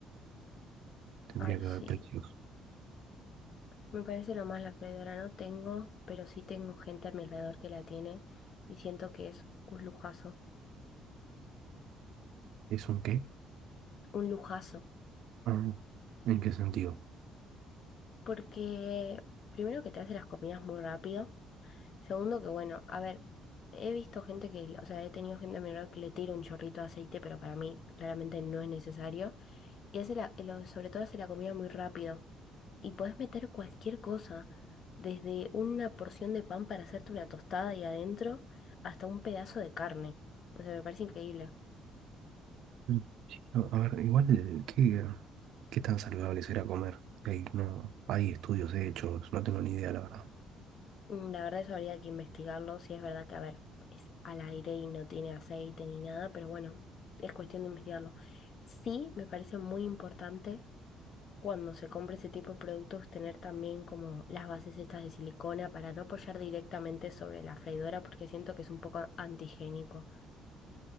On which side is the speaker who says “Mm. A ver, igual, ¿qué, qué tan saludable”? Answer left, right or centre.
Right